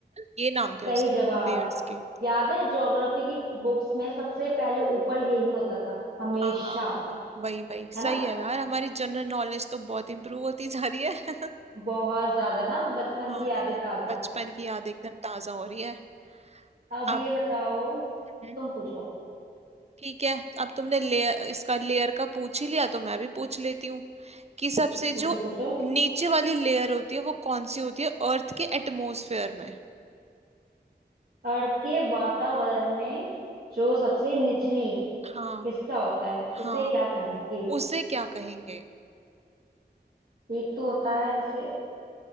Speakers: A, on the right; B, on the right.
A: ये नाम थे
B: सही
A: उसके
B: जवाब
A: लेयर्स के
B: याद है ज्योग्राफी की बुक्स में सबसे पहले ऊपर यही होता था हमेशा
A: हाँ वही वही सही
B: है ना
A: है यार हमारी जनरल नॉलेज तो बहुत इम्प्रूव होती जा रही है <laughs>
B: बहुत ज्यादा ना बचपन
A: हाँ
B: की यादें ताजा
A: बचपन की याद एकदम ताजा हो रही है
B: अब
A: अब
B: ये बताओ
A: हम्म,
B: तुम पूछो
A: ठीक है अब तुमने लेयर इसका लेयर का पूछ ही लिया तो मैं भी पूछ लेती हूँ कि सबसे
B: पूछो
A: जो
B: पूछो
A: नीचे वाली लेयर होती है वो कौन सी होती है अर्थ के एटमॉस्फेयर में
B: अर्थ के वातावरण में जो सबसे निचली
A: हाँ
B: हिस्सा होता है उसे
A: हाँ
B: क्या कहेंगे
A: उसे क्या कहेंगे
B: एक तो होता है जैसे